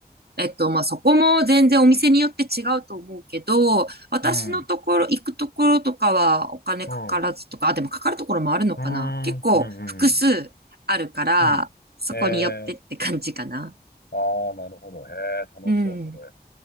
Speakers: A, on the right; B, on the left.
A: えっと、まあ、そこも全然お店によって違うと思うけど、私のところ、
B: うん。うん。
A: 行くところとかはお金かからずとか、
B: うん。
A: あ、でもかかるところもあるのかな。
B: うー
A: 結構複数あるから、
B: ん。うん。うん。うん。
A: そこによってって感じかな。
B: ええああー、なるほど。へえ、楽しそう、
A: うん。
B: それ。